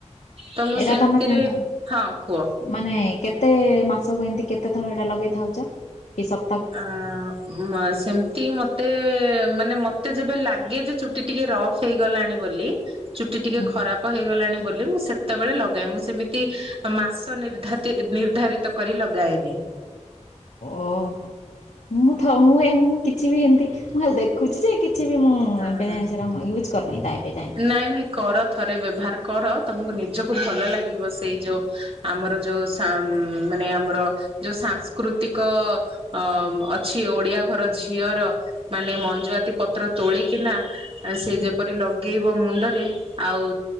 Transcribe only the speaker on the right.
ତ ମୁଁ
ସେମିତି୍
ରେ ହଁ କୁଅ
ଆଁ ମ ସେମତି ମତେ ମାନେ ମତେ ଯେବେ ଲାଗେ ଯେ ଚୁଟି ଟିକେ ରଫ୍ ହେଇଗଲାଣି ବୋଲି ଚୁଟି ଟିକେ
ଖରାପ
ହେଇଗଲଣି ବୋଲି ମୁଁ ସେତବେଳେ ଲଗାଏ ମୁଁ ସେମିତି ମାସ ନିର୍ଧାତି ନିର୍ଦ୍ଧାରି ତ କରି ଲଗା ଏନି।
ହଁ
ହଁ।
ନାଇଁ ନାଇଁ କର ଥରେ ବ୍ୟବହାର କର ତମକୁ ନିଜକୁ ଭଲ ଲାଗିବ ସେଇ ଯୋଉ ଆମର ଯୋଉ ଆଁ ମାନେ ଆମର ଯୋଉ ସାଂସ୍କୃତିକ ଅ ଅଛି ଓଡିଆ ଘର ଝିଅର ମାନେ ମଞ୍ଜୁଆତି ପତ୍ର ତୋଳିକିନା ସେ
ଯେପରି ଲଗେଇବ ମୁଣ୍ଡରେ ଆଉ